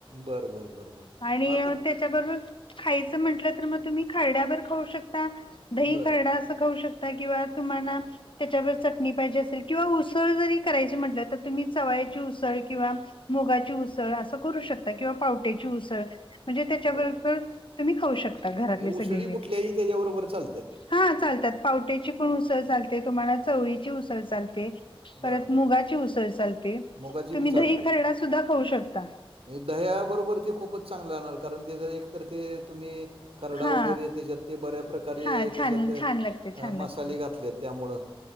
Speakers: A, on the right; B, on the left.
A: बर बर बर बर
B: आणि
A: मग आता
B: अ ते च्याबरोबर खायचं म्हटलं तर तुम्ही खरडा बर खाऊ शकता दही
A: बर
B: खरडा अस खाऊ शकता किंवा तुम्हाला त्याच्यावर चटणी पाहिजे असेल किंवा उसळ जरी करायची म्हटलं तर तुम्ही चवाळ्याची उसळ किंवा मुगाची उसळ असं करू शकताय किंवा पावट्याची उसळ म्हणजे त्याच्याबरोबर
A: बर
B: तुम्ही खाऊ शकता घरातले
A: म्हणजे
B: सगळे
A: उसळी
B: मिळून.
A: कुठल्याही त्याच्याबरोबर चालत्यात.
B: हा चालतात पावट्याची पण उसळ चालते तुम्हाला चवळीची उसळ चालते.
A: बरं.
B: परत मुगाची उसळ चालते,
A: मुगाची
B: तुम्ही
A: बी चालते.
B: दही खरडा सुद्धा खाऊ शकता.
A: म्हणजे दह्याबरोबर ते खूपच चांगलं राहणार कारण ते ज एक तर ते तुम्ही खरडा
B: हा
A: वगैरे त्याच्यात ते बऱ्या प्रकारे
B: हा
A: त्याच्यात
B: छान छान लागते
A: अ
B: छान लागते
A: मसाले घातलेत त्यामुळं